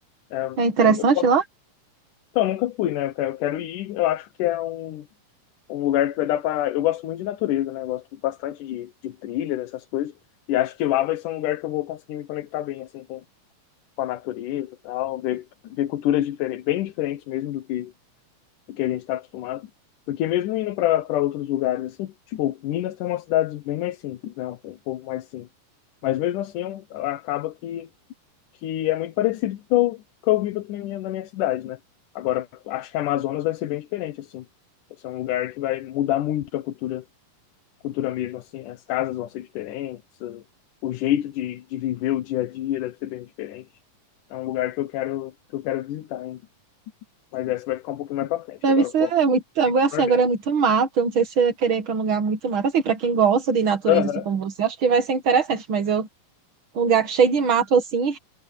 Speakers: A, on the left (about 75°); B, on the right (about 45°).
A: É, eu,
B: É interessante
A: eu-
B: lá?
A: então, eu nunca fui, né? Eu quero, eu quero ir. Eu acho que é um, um lugar que vai dar pra. Eu gosto muito de natureza, né? Eu gosto bastante de, de trilha, dessas coisas. E acho que lá vai ser um lugar que eu vou conseguir me conectar bem, assim, com, com a natureza e tal. Ver, ver culturas diferentes, bem diferentes mesmo do que, do que a gente está acostumado. Porque mesmo indo para outros lugares, assim, tipo, Minas tem umas cidades bem mais simples, né? Um povo mais simples. Mas mesmo assim, eu- acaba que, que é muito parecido com o que eu, que eu vivo aqui na minha, na minha cidade, né? Agora, acho que a Amazonas vai ser bem diferente, assim. Vai ser um lugar que vai mudar muito a cultura, cultura mesmo, assim. As casas vão ser diferentes, o jeito de, de viver o dia a dia deve ser bem diferente. É um lugar que eu quero, que eu quero visitar, hein? Mas essa vai ficar um pouquinho mais pra frente.
B: Deve
A: Agora
B: ser
A: eu foco
B: é muito, é,
A: no
B: assim,
A: Nordeste.
B: agora é muito mato, eu não sei se eu ia querer ir para um lugar muito mato. Assim, para quem gosta de natureza,
A: Aham.
B: assim como você, acho que vai ser interessante, mas eu, um lugar cheio de mato, assim,